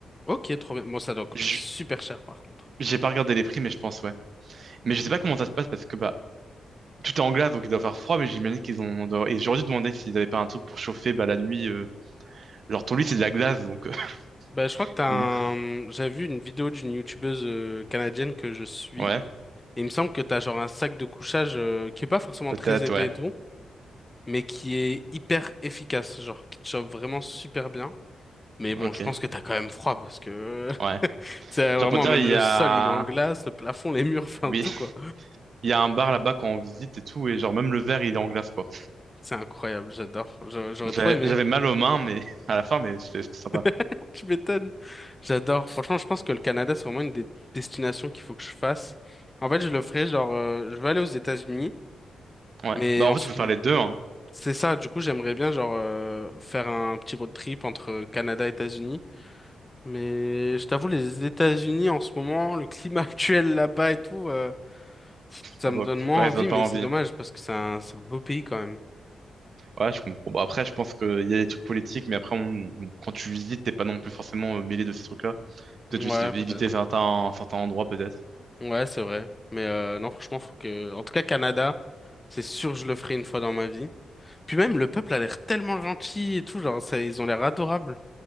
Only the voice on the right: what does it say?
Je-
J'ai pas regardé les prix, mais je pense, ouais. Mais je sais pas comment ça se passe parce que bah tout est en glace, donc il doit faire froid, mais j'imagine qu'ils ont. doit- Et j'aurais dû demander s'ils avaient pas un truc pour chauffer bah la nuit. euh, Genre ton lit c'est de la glace, donc. euh,
<laughs>
ah,
mais-
Ouais,
peut-être,
ouais.
Ok,
ouais.
Genre pour te
dire, il
y a.
Oui,
<laughs>
il y a un bar là-bas quand on visite et tout, et genre même le verre il est en glace quoi.
Donc,
J'avais
j'avais mal aux mains, mais <laughs> à la fin, mais c'était c'était sympa.
Ouais.
Bah
en fait,
tu peux faire les deux, hein.
Bah,
bah,
Ouais,
ça donne
pas envie.
Ouais, je comprends. Bah, après, je pense qu'il y a des trucs politiques, mais après, on- on- quand tu visites, t'es pas non plus forcément euh, mêlé de ces trucs-là. Peut-être
juste éviter
certains, certains endroits, peut-être.